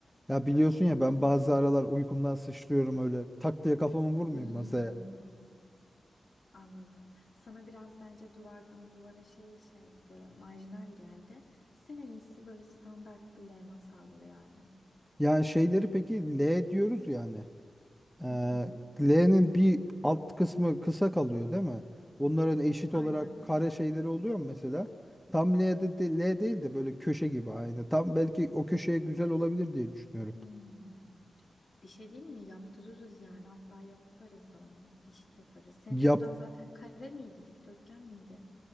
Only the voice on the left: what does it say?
Hı
hı.
Hmm,
anladım. Sana biraz bence duvardan duvara şey şey böyle marjinal geldi. Sen en iyisi böyle standart bir levha sal oraya Adem.
Hı hı.
Aynen.
Hmm. Bir şey değil mi? Yaptırırız yani. Hatta yaparız da onu. Eşit yaparız. Senin
odan zaten kare miydi, dikdörtgen miydi?